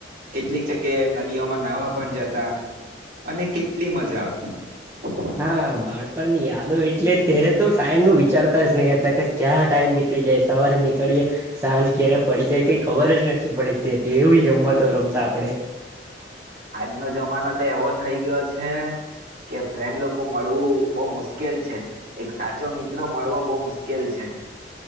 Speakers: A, on the right; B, on the right.
A: કેટલીક જગ્યાએ માં નાહવા પણ જતા. અને કેટલી મજા આવતી. <inaudible>
B: હા બાળપણ ની યાદ હોય એટલે ત્યારે તો ટાઈમ નું વિચારતા જ નહી હતા કે ક્યાં ટાઈમ નીકળી જાય સવારે નીકળીએ. સાંજ કેરે પડી જાય કઈ ખબર જ નથી પડીતી તે એવી રમતો રમતા આપડે.
A: આજનો જમાનો તો એવો થઇ ગયો છે, કે ફ્રેન્ડ લોકો મળવું બહ મુશ્કેલ છે, એક સાચો મિત્ર મળવો બહ મુશ્કેલ છે.